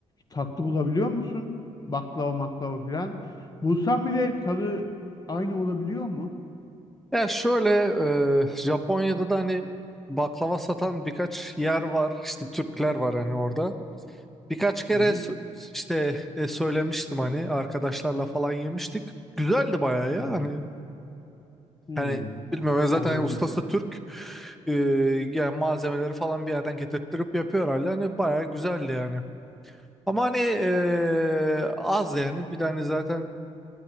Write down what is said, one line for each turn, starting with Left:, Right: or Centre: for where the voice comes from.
Left: tatlı bulabiliyor musun? Baklava maklava filan. Bulsan bile tadı aynı olabiliyor mu?
Centre: Ya şöyle e, Japonya'da da hani baklava satan birkaç yer var. İşte Türkler var hani orada. Birkaç kere
Left: Hı hı.
Centre: sö- işte e, söylemiştim hani arkadaşlarla falan yemiştik. Güzeldi bayağı ya
Left: Öyle.
Centre: hani
Left: Hmm,
Centre: Yani bilmiyorum ya
Left: anladım.
Centre: zaten ustası Türk. Ee, yani malzemeleri falan bir yerden getirttirip yapıyor hala. Hani bayağı güzeldi yani. Ama hani ee, az yani. Bir de hani zaten